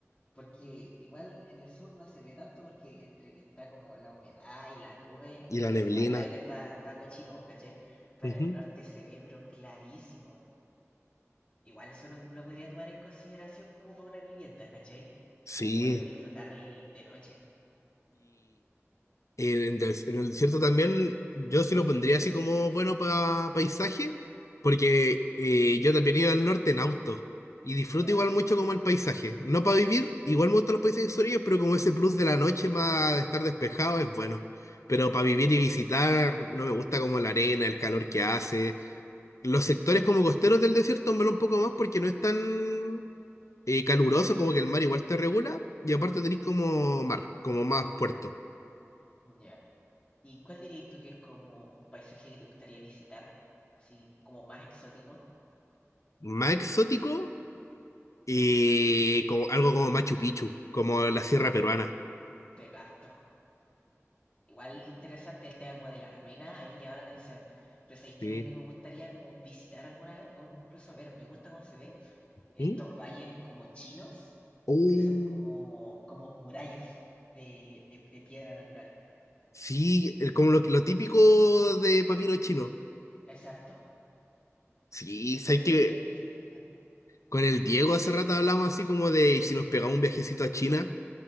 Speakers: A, on the left; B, on the left.
A: Porque igual en el sur no se ve tanto porque entre que está como la humedad y la nube,
B: Y
A: y
B: la
A: a veces
B: neblina.
A: igual el aire está, está cochino, ¿vos ¿cachai? Pero
B: Ujú.
A: en el norte se ve pero clarísimo. Igual eso lo, lo podría tomar en consideración como para una vivienda, ¿cachai?
B: Sí.
A: Como poder disfrutar el- de noche.
B: En, des- en el desierto también yo sí lo pondría así como bueno para paisaje, porque eh, yo también iba al norte en auto y disfruto
A: Ya,
B: igual mucho como el paisaje. No para vivir, igual me gustan los paisajes sureños, pero como ese plus de la noche más de estar despejado es bueno. Pero para vivir
A: ya,
B: y visitar no me gusta como la arena, el calor que hace. Los sectores como costeros del desierto, hombre, un poco más porque no es tan eh, caluroso como que el mar igual te regula y aparte tenés como mar, como más puerto.
A: ya. ¿Y cuál dirías tú que es como un paisaje que te gustaría visitar? Así, como más exótico.
B: Más exótico. Y como, algo como Machu Picchu, como la sierra peruana.
A: Te capto. Igual interesante el tema como de las ruinas, a mí me llama la atención. Pero ¿sabéis qué
B: Sí.
A: a mí lo que me gustaría como visitar alguna vez? O incluso ver, me gusta cómo se ve. Estos
B: sí
A: valles como chinos,
B: Oh,
A: que son como, como murallas de, de de piedra natural.
B: sí, el- como lo, lo típico de papiro chino.
A: Exacto.
B: Sí,
A: Entonces
B: sabes que
A: sería brígido, Ismael.
B: con el Diego hace rato hablamos así como de ¿y si nos pegamos un viajecito a China.